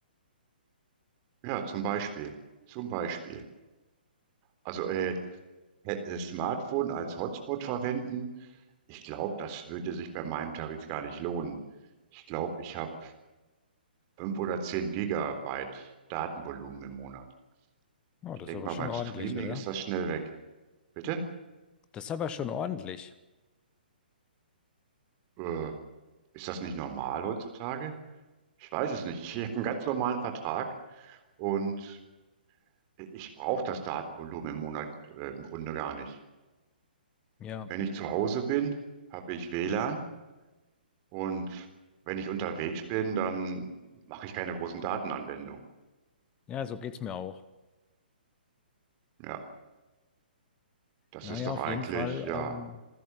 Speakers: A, on the right; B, on the left.
A: ja, zum Beispiel, zum Beispiel. Also äh, hä- äh, Smartphone als Hotspot verwenden, ich glaube, das würde sich bei meinem Tarif gar nicht lohnen. Ich glaube, ich habe fünf oder zehn Gigabyte Datenvolumen im Monat.
B: Oh,
A: Ich
B: das
A: denke
B: ist aber
A: mal,
B: schon
A: beim
B: ordentlich,
A: Streaming
B: oder?
A: ist das schnell weg. Bitte?
B: Das ist aber schon ordentlich.
A: Äh, ist das nicht normal heutzutage? Ich weiß es nicht. Ich habe einen ganz normalen Vertrag und ich brauche das Datenvolumen im Monat äh, im Grunde gar nicht.
B: Ja,
A: Wenn ich zu Hause bin, habe ich WLAN und wenn ich unterwegs bin, dann mache ich keine großen Datenanwendungen.
B: ja, so geht's mir auch.
A: Ja, das
B: Naja,
A: ist doch
B: auf
A: eigentlich,
B: jeden Fall
A: ja,
B: ähm,